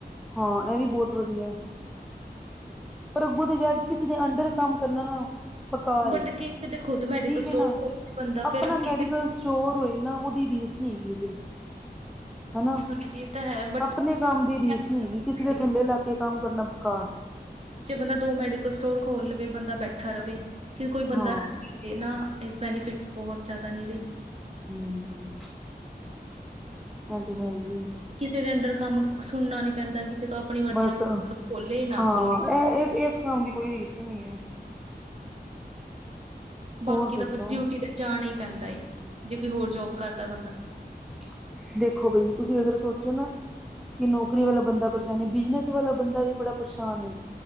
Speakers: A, in the centre; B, on the right (about 35°).
A: ਹਾਂ, ਇਹ ਵੀ ਬਹੁਤ ਵਧੀਆ ਹੈ। ਪਰ ਅੱਗੋਂ ਤੇ ਜਾ ਕੇ ਕਿਸੇ ਦੇ ਅੰਡਰ ਕੰਮ ਕਰਨਾ ਨਾ ਬੇਕਾਰ
B: ਬਟ
A: ਏ,
B: ਕੀ ਕਿਤੇ ਖੁਦ ਮੈਡੀਕਲ
A: ਠੀਕ
B: ਸਟੋਰ
A: ਏ ਨਾ
B: ਖੋਲ ਕੇ ਬੰਦਾ
A: ਆਪਣਾ
B: ਫਿਰ
A: ਮੈਡੀਕਲ
B: ਕਿਸੇ
A: ਸਟੋਰ ਹੋਏ ਨਾ, ਉਹਦੀ ਰੀਸ ਨਹੀਂ ਹੈਗੀ ਜੇ। ਹਨਾ,
B: ਹਾਂਜੀ ਇਹ ਤਾਂ ਹੈ ਬਟ
A: ਆਪਣੇ ਕੰਮ ਦੀ ਰੀਸ
B: ਇਹਦੇ
A: ਨਹੀਂ ਹੇਗੀ, ਕਿਸੇ ਦੇ
B: ਵਿੱਚ
A: ਥੱਲੇ ਲੱਗ ਕੇ ਕੰਮ ਕਰਨਾ ਬੇਕਾਰ।
B: ਜੇ ਬੰਦਾ ਦੋ ਮੈਡੀਕਲ ਸਟੋਰ ਖੋਲ ਲਵੇ ਬੰਦਾ ਬੈਠਾ ਰਵੇ, ਕਿ ਕੋਈ
A: ਹਾਂ
B: ਬੰਦਾ ਰੱਖ ਇਹ ਨਾ ਇਹ ਬੈਨੀਫਿਟਸ ਬਹੁਤ ਜ਼ਿਆਦਾ ਨੇ ਇਹਦੇ
A: ਹਮ, <inaudible>
B: <inaudible>
A: ਹਾਂ ਏ ਤੇ ਹੈ ਹੀ ਏ।
B: ਕਿਸੇ ਦੇ ਅੰਦਡਰ ਕੰਮ ਸੁਣਨਾ ਨੀ ਪੈਂਦਾ ਕਿਸੇ ਤੋਂ ਆਪਣੀ ਮਰਜ਼ੀ
A: ਬਸ,
B: ਨਾਲ ਬੰਦਾ
A: <inaudible>
B: ਖੋਲੇ ਨਾ
A: ਹਾਂ
B: ਖੋਲੇ
A: ਇਹ ਇਸ ਕੰਮ ਦੀ ਕੋਈ ਰੀਸ ਨੀ ਹੈ।
B: ਬਾਕੀ
A: ਹੋਰ ਦੱਸੋ
B: ਤਾਂ ਪਰ ਡਿਊਟੀ ਤੇ ਜਾਣਾ ਹੀ ਪੈਂਦਾ ਹੀ, ਜੇ ਕੋਈ ਹੋਰ ਜੋਬ ਕਰਦਾ ਬੰਦਾ
A: <inaudible> ਦੇਖੋ ਬਈ, ਤੁਸੀਂ ਅਗਰ ਸੋਚੋ ਨਾ ਕਿ ਨੌਕਰੀ ਵਾਲਾ ਬੰਦਾ ਪਰੇਸ਼ਾਨ, ਬਿਜਨਸ ਵਾਲਾ ਬੰਦਾ ਵੀ ਬੜਾ ਪਰੇਸ਼ਾਨ ਏ।